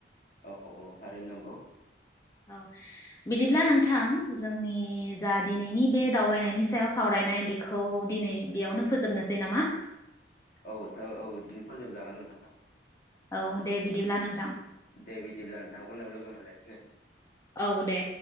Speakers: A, on the left (about 50°); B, on the left (about 15°).
A: औ औ थारैनो नंगौ।
B: औ बिदिब्ला नोंथां जोंनि जा दिनैनि बे दावबायनायनि सायाव सावरायनाय बेखौ दिनै बेयावनो फोजोबनोसै नामा?
A: औ सा औ इदिनो फोजोब जागोन नोंथां।
B: औ दे बिदिब्ला नों
A: दे बिदिब्ला नोंथां उनाव लोगो मोनलायसिगोन।
B: औ दे